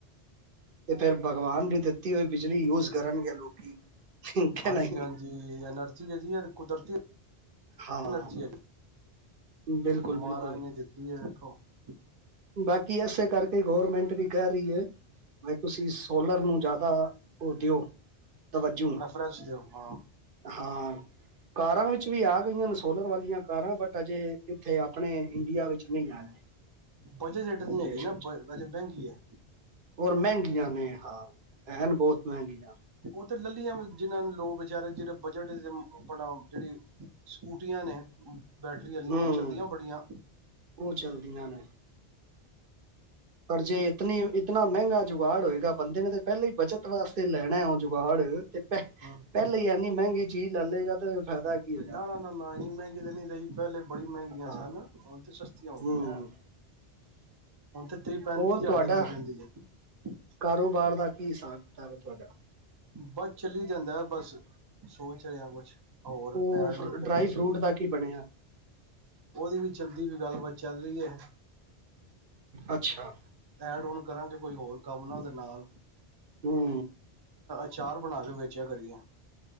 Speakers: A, on the right (about 55°); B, on the right (about 30°).
A: ਤੇ ਫੇਰ ਭਗਵਾਨ ਵੀ ਦਿੱ ਤੀ ਹੋਈ ਬਿਜਲੀ ਯੂਜ ਕਰਨਗੇ ਲੋਕੀ ਕਿ
B: ਹਾਂਜੀ-ਹਾਂਜੀ
A: ਨਹੀਂ
B: ਐਨਰਜੀ ਹੈ ਜੀ ਕੁਦਰਤੀ
A: ਹਾਂ
B: ਏਨਰਜੀ
A: ਬਿਲਕੁਲ
B: ਮਾਹਰਾਜ
A: ਬਿਲਕੁਲ
B: ਨੇ ਦਿੱਤੀ ਐ ਦੇਖੋ <inaudible>
A: ਬਾਕੀ ਇਸੇ ਕਰਕੇ ਗੌਰਮੈਂਟ ਵੀ ਕਹਿ ਰਹੀ ਏ ਤੁਸੀਂ ਸੋਲਰ ਨੂੰ ਜ਼ਿਆਦਾ ਉਹ ਦਿਓ ਤਵੱਜੂ
B: ਪ੍ਰੈਫਰੈਂਸ ਦਿਓ ਹਾਂ
A: ਹਾਂ ਕਾਰਾਂ ਵਿੱਚ ਵੀ ਆ ਗਈਆਂ ਨੇ ਸ ਸੋਲਰ ਵਾਲੀਆਂ ਕਾਰਾਂ ਬਟ ਅਜੇ ਇੱਥੇ ਆਪਣੇ ਇੰਡੀਆ ਵਿੱਚ ਨਹੀਂ ਆਣੇ
B: ਬਜਟ ਇਚ ਨਹੀਂ
A: ਵਿਦੇਸ਼
B: ਹੈਗੀ ਨਾ ਬਜਟ ਮਹਿੰਗੀ ਐ
A: ਹੋਰ ਮਹਿੰਗੀਆਂ ਨੇ ਹਾਂ ਐਨ ਬਹੁ ਮਹਿੰਗੀਆਂ
B: ਉਹ ਤੇ ਲੱਲੀਆਂ ਜਿਹਨ੍ਹਾਂ ਨੂੰ ਲੋ ਵਿਚਾਰੇ ਜੇਹੜੇ ਬਜਟ <unintelligible> ਆਪਣਾ ਜੇੜ੍ਹੇਸਕੁ <unintelligible> ਨੇ ਬੈਟਰੀ ਆਲੀਆਂ
A: ਹਮ
B: ਉਹ ਚੱਲਦੀਆਂ ਬੜੀਆਂ
A: ਉਹ ਚੱਲਦੀਆਂ ਨੇ ਪਰ ਜੇ ਇਤਨੀ ਇਤਨਾ ਮਹਿੰਗਾ ਜੁਗਾੜ ਹੋਏਗਾ ਬੰਦੇ ਨੇ ਪਹਿਲੇ ਹੀ ਬਚਤ ਵਾਸਤੇ ਤੇ ਲੈਣਾ ਜੁਗਾੜ ਤੇ ਪਹਿਲੇ
B: ਹਾਂ
A: ਇਨੀ ਮਹਿੰਗੀ ਚੀਜ਼ ਲਲੇਗਾ ਤੇ ਫਾਇਦਾ ਕੀ
B: <unintelligible>
A: ਹੋਇਆ
B: ਇਨੀ ਮਹਿੰਗੀ ਤਾਂ ਨਹੀਂ ਲਈ ਪਹਿਲੇ ਬੜੀ ਮਹਿੰਗੀਆਂ
A: ਹਾਂ
B: ਸਨ ਹੁਣ ਤੇ ਸਸਤੀਆਂ ਹੋ
A: ਹੂੰ
B: ਗਈਆਂ ਹੁਣ ਤੇ ਤ੍ਰੀਹ ਪੈਂਤੀ
A: ਹੋਰ
B: ਹਜ਼ਾਰ
A: ਤੁਹਾਡਾ
B: ਦੀ ਮਿਲ ਜਾਂਦੀ ਹੈ
A: ਕਾਰੋਬਾਰ ਦਾ <unintelligible> ਤੁਹਾਡਾ
B: ਬਸ ਚੱਲੀ ਜਾਂਦਾ ਬਸ ਸੋਚ ਰਿਹਾ ਕੁਛ ਹੋਰ
A: ਉਹ
B: ਐਡ
A: ਫ
B: ਔਨ ਨੂੰ
A: ਡਰਾਈ
B: ਕਰੀਏ ਸ਼ੁਰੂ
A: ਫਰੂਟ ਦਾ ਕੀ ਬਣਿਆ
B: ਉਹਦੀ ਵੀ ਚਲਦੀ ਪਈ ਗੱਲਬਾਤ ਚੱਲ ਰਹੀ ਐ
A: ਅੱਛਾ
B: ਐਡ ਔਨ ਕਰਾਂਗੇ ਕੋਈ ਹੋਰ ਕੰਮ ਉਹਦੇ ਨਾਲ
A: ਹਮ
B: ਆਚਾਰ ਬਣਾ ਕੇ ਵੇਚਿਆ ਕਰੀਏ